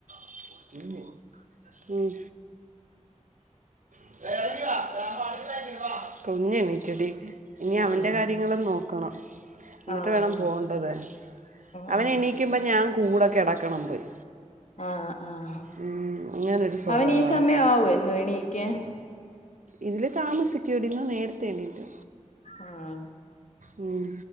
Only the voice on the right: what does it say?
<unintelligible> ഉം <unintelligible> കുഞ്ഞെണീറ്റടി ഇനി
അവൻ്റെ കാര്യം ങ്ങളും നോക്കണംഇന്നിട്ട്
വേണം പോണ്ടത് അവനെണീക്ക
ക്കുമ്പോ ഞാൻ കൂടെ കിടക്കണം പോയി
ഉം, അങ്ങനൊരു സ്വഭാവമാണ്
ഇതിൽ താമസിക്കോടി ന്ന് നേരത്തെ എണീറ്റ്
ഉം